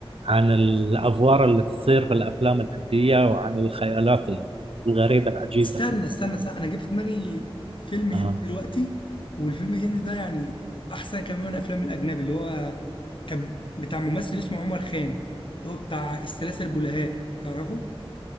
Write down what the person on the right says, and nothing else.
عن الافوار اللي تصير في الافلام الهنديه وعن الخيالات الغريبه العجيبه
آه.